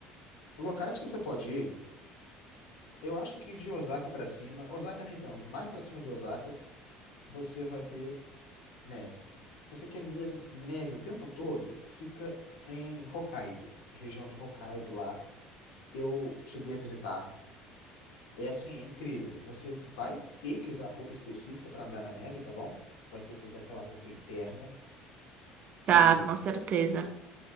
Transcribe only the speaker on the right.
Tá,
com certeza.